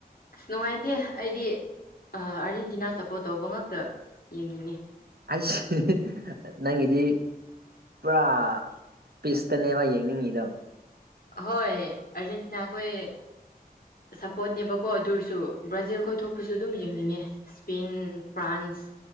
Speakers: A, on the left (about 65°); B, on the right (about 75°).
A: ꯑꯁ ꯅꯨꯡꯉꯥꯏꯇꯦ ꯑꯩꯗꯤ ꯑꯥꯔꯖꯦꯟꯇꯤꯅꯥ ꯁꯞꯄꯣꯔꯠ ꯇꯧꯕ ꯉꯇ ꯌꯦꯡꯅꯤꯡꯉꯤ
B: ꯑꯩꯁꯦ ꯅꯪꯒꯤꯗꯤ ꯄꯨꯔꯥ ꯄꯤꯁꯇꯅꯦꯕ ꯌꯦꯡꯅꯤꯡꯉꯤꯗꯣ
A: ꯍꯣꯏ ꯑꯔꯖꯦꯟꯇꯤꯅꯥꯈꯣꯏ ꯁꯞꯄꯣꯔꯠꯅꯦꯕꯀꯣ ꯑꯗꯨꯔꯁꯨ ꯕ꯭ꯔꯥꯖꯤꯜ ꯀꯣꯏꯊꯣꯛꯄꯁꯨ ꯑꯗꯨꯝ ꯌꯦꯡꯅꯤꯡꯉꯦ ꯏꯁꯄꯦꯟ ꯐ꯭ꯔꯥꯟꯁ